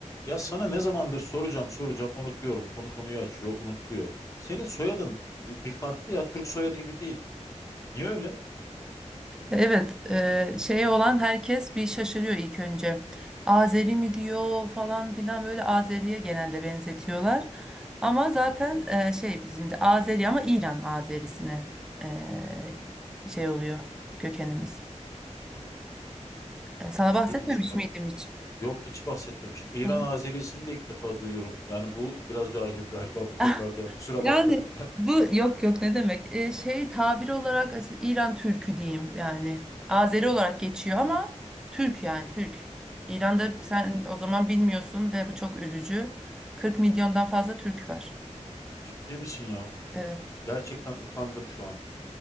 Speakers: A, on the left; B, in the centre.
A: Ya sana ne zamandır soracağım soracağım unutuyorum. Konu konuyu açıyor, unutuluyor. Senin soyadın bir bir farklı ya. Türk soyadı gibi değil. Niye öyle?
B: Evet, eee şeye olan herkes bir şaşırıyor ilk önce. Azeri mi diyor falan filan böyle Azeri'ye genelde benzetiyorlar. Ama zaten eee, şey bizim de Azeri ama İran Azerisine eee, şey oluyor kökenimiz.
A: Hmm,
B: E, sana
A: hiç
B: bahsetmemiş
A: duymamıştım ya.
B: miydim hiç?
A: Yok hiç bahsetmemiştim. İran
B: Evet.
A: Azerisini de ilk defa duyuyorum. Yani bu biraz cahilim galiba bu konularda
B: <laughs>
A: ya. Kusura
B: Yani
A: bakma lütfen.
B: bu yok yok ne demek? Ee, şey tabir olarak as- İran Türkü diyeyim yani. Azeri olarak geçiyor ama Türk yani Türk. İran'da
A: Hmm,
B: sen o zaman bilmiyorsun ve bu çok üzücü. 40 milyondan fazla Türk var.
A: ciddi misin ya?
B: Evet.
A: Gerçekten utandım şu an.